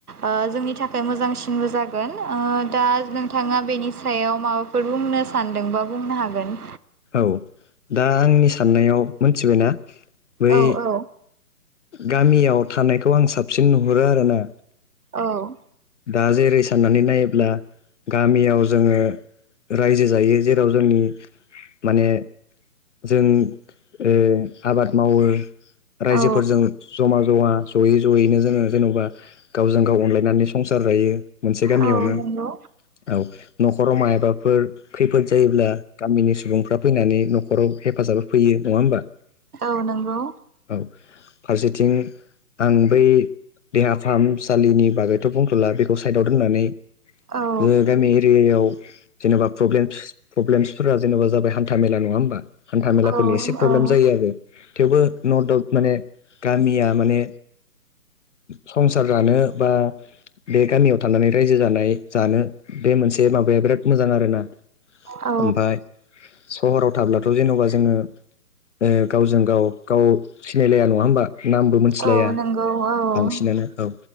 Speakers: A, on the right; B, on the left.
A: ओ जोंनि थाखाय मोजांसिनबो जागोन। ओ दा नोंथाङा बेनि सायाव माबाफो फोर बुंनो सानदोंबा बुंनो हागोन।
B: औ दा आंनि साननायाव मोनथिबायना? बै
A: औ औ।
B: गामियाव थानायखौ आं साबसिन नुहुरो आरोना।
A: औ।
B: दा जेरै साननानै नायोब्ला गामियाव जोङो रायजो जायो जेराव जोंनि माने जों ओ आबाद मावो। रायजोफोरजों
A: औ
B: ज'मा ज'मा ज'यै ज'यैनो जोङो जेन'बा गावजों गाव अनलाय नानै संसार जायो मोनसे गामियावनो।
A: औ नंगौ
B: औ, न'खराव मायाबाफोर खैफोद जायोब्ला गामिनि सुबुंफ्रा फैनानै न'खराव हेफाजाब होफैयो। नङा होमबा?
A: औ नंगौ।
B: औ फारसेथिं आं बै देहा फाहाम सालिनि बागैथ' बुंथ'ला बेखौ साइदाव दोननानै
A: औ
B: ओ गामि एरियायाव जेनेबाे प्रब्लेमस प्रब्लेमसफोरा जेनेबा जाबाय हान्था मेला नङा होमबा? हान्था मेलाफोरनि
A: औ
B: एसे
A: नंगौ
B: प्रब्लेम जायो आरो थेवबो न दाउट माने गामिया माने संसार जानो बा बे गामियाव थानानै रायजो जानाय जानो बे मोनसे माबाया बिराद मोजां आरोना।
A: औ।
B: ओमफाय सहराव थाब्लाथ' जेन'बा जोङो ओ गावजों गाव गाव सिनायलाया नङा होमबा? नामबो मिथिलाया
A: औ नंगौ औ
B: बांसिनानो औ